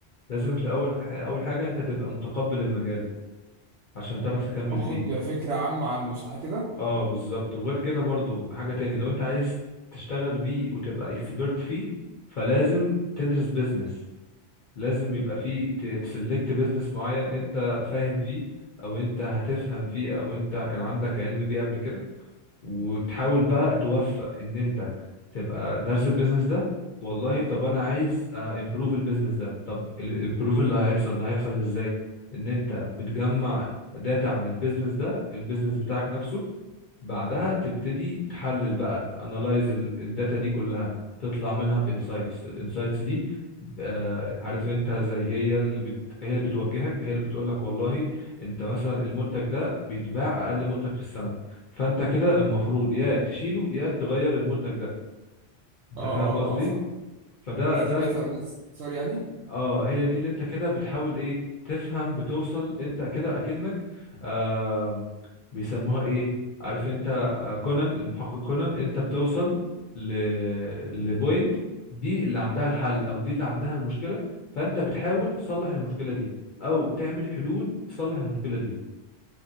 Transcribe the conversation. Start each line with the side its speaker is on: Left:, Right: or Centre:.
Left: لازم في الاول اول حاجة انت تبقى متقبل المجال عشان تعرف تكمل
Right: واخد
Left: فيه
Right: فكرة عامة عنه صح كده؟
Left: اه بالظبط وغير كده برضو حاجة تاني لو انت عايز تشتغل بيه وتبقى اكسبرت فيه فلازم تدرس بيزنس لازم يبقى فيه تسلكت بيزنس معين انت فاهم فيه او انت هتفهم فيه او انت كان عندك علم بيه قبل كده وتحاول بقى توفق ان انت تبقى دارس البيزنس ده والله طب انا عايز امبروف البيزنس ده طب الامبروف اللي هيحصل ده هيحصل ازاي ان انت بتجمع داتا عن البيزنس ده البيزنس بتاعك نفسه بعدها تبتدي تحلل بقى تانلايز الداتا دي كلها تطلع منها بانسايتس الانسايتس دي آه، عارف انت زي هي اللي بت... هي اللي بتوجهك هي اللي بتقول لك والله انت مثلا المنتج ده بيتباع اقل منتج في السنة فانت كده المفروض يا تشيله يا تغير المنتج ده انت
Right: اه اه
Left: فاهم قصدي
Right: اه فاهم
Left: فده
Right: هي
Left: ده
Right: دي الدافع من الاختصار يعني؟
Left: اه هي دي اللي انت كده بتحاول ايه تفهم بتوصل انت كده اكنك آه بيسموها ايه عارف انت آه، كونان المحقق كونان انت بتوصل ل لبوينت دي اللي عندها الحل او دي اللي عندها المشكلة فانت بتحاول تصلح المشكلة دي او تعمل حلول تصلح المشكلة دي